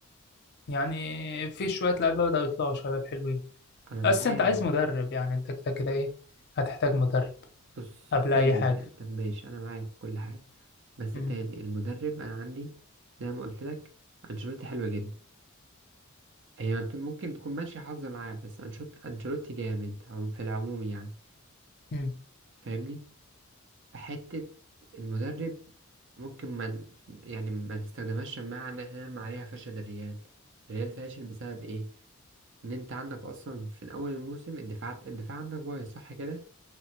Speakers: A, on the left (about 55°); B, on the right (about 60°).
A: يعني في شويه لعيبه بداوا يطلعوا شباب حلوين
B: أنا معاك
A: بس انت عايز مدرب يعني انت كده كده ايه هتحتاج مدرب
B: بص
A: قبل
B: تاني
A: اي حاجه
B: ده طب ماشي أنا معاك في كل حاجة بس
A: مم.
B: تاني المدرب أنا عندي زي ما قلت لك أنشيلوتي حلوة جدا هي ممكن تكون ماشية حظ معاه بس أنشوت أنشيلوتي جامد عم- في العموم يعني
A: مم.
B: فاهمني حتة المدرب ممكن ما ن- يعني ما نستخدمهاش شماعة إن احنا نرمي عليها فشل الريال الريال فاشل بسبب إيه؟ إن أنت عندك أصلا في أول الموسم الدفاعات الدفاع عندك بايظ صح كده؟